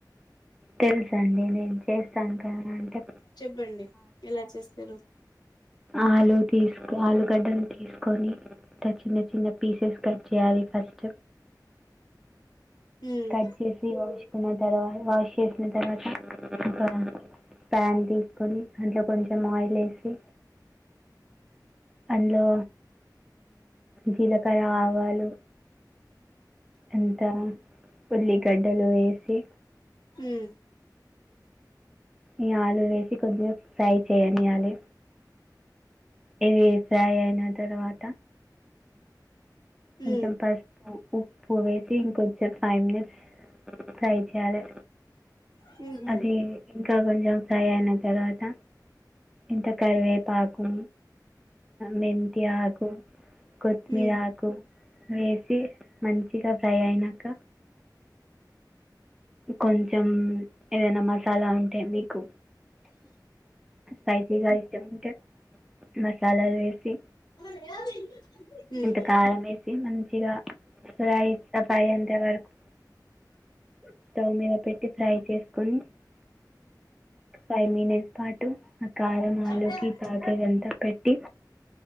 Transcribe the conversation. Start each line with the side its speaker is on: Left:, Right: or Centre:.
Centre: తెలుస అండి నేను చేస్తాను కదా అంటే
Left: చెప్పండి ఎలా చేస్తారు
Centre: ఆలు తీసుకో ఆలుగడ్డలు తీసుకో కకని చిన్న చిన్న పీసెస్ కట్ చేయాలి ఫస్ట్
Left: హ్మ్
Centre: కట్ చేసి స్కున్నా తరువై వాష్ సిన తర్వాత ఒక పన్ తీసుకొని అందులో కొంచెం ఆయిల్ వసి అందులో జీలకర్ర ఆవాలు అంత ఉల్లిగడ్డలు వేసి
Left: హ్మ్
Centre: ఈ ఆలు వేసి కొద్దిగా ఫ్రై చేయనియ్యాలి ఇవి ఫ్రై అయిన తర్వాత
Left: హ్మ్
Centre: కొంచెం పసుపు ఉప్పు వేసి ఇంకొచ్చ ఫైవ్ మినిట్స్ ఫ్రై చేయాలి
Left: ఊహూ
Centre: అది ఇంకా కొంచెం ఫ్రై అయిన తర్వాత ఇంత కరివేపాకు మెంతి ఆకు కొత్తిమీర
Left: హ్మ్
Centre: ఆకు వేసి మంచిగా ఫ్రై అయినాక కొంచెం ఏదైనా మసాలా ఉంటే మీకు స్పైసీగా ఇస్టముంటే మసాలాలు వేసి
Left: హ్మ్ హ్మ్
Centre: ఇంత కారం వేసి మంచిగా ఫ్రైస్త ఫై అంతే వరకు స్టవ్ మీద పెట్టి ఫ్రై చేసుకొని ఫైవ్ మినిట్స్ పాటు ఆ కారం ఆలుూకి
Left: హ్మ్
Centre: తాక అంతా పెట్టి